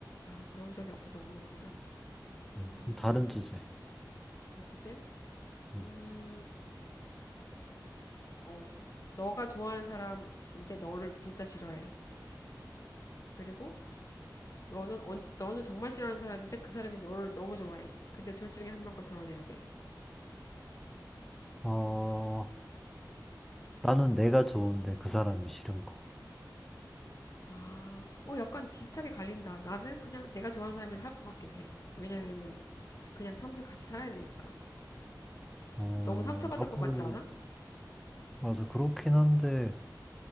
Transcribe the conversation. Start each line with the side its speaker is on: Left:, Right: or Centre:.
Left: 아, 그런 적이 없어서 모르는구나. 음,
Centre: 음, 음, 다른 주제.
Left: 다른 주제?
Centre: 음.
Left: 음, 어, 너가 좋아하는 사람인데 너를 진짜 싫어해. 그리고 너는 언- 너는 정말 싫어하는 사람인데 그 사람이 너를 너무 좋아해. 근데 둘 중에 한 명과 결혼해야 돼.
Centre: 어, 나는 내가 좋은데 그 사람이 싫은 거.
Left: 아, 어, 약간 비슷하게 갈린다. 나는 그냥 내가 좋아하는 사람이랑 할 것 같긴 해. 왜냐면은 그냥 평생 같이 살아야 되니까.
Centre: 어,
Left: 너무 상처받을
Centre: 나도,
Left: 것 같지 않아?
Centre: 맞아. 그렇긴 한데,